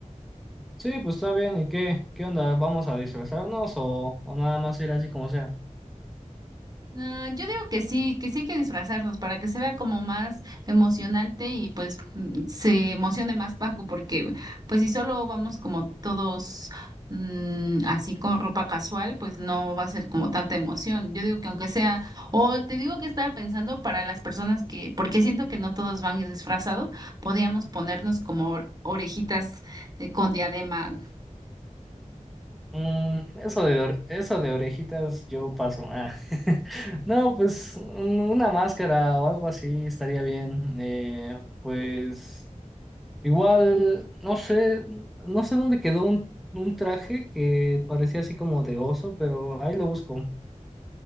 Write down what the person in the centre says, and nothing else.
Sí, pues está bien. ¿Y qué, qué onda? ¿Vamos a disfrazarnos o, o nada más ir así como sea?
Mm, eso de, or- eso de orejitas yo paso. Ah. <laughs> No, pues un- una máscara o algo así estaría bien. Eh, pues igual, no sé, no sé dónde quedó un, un traje que parecía así como de oso, pero ahí lo busco.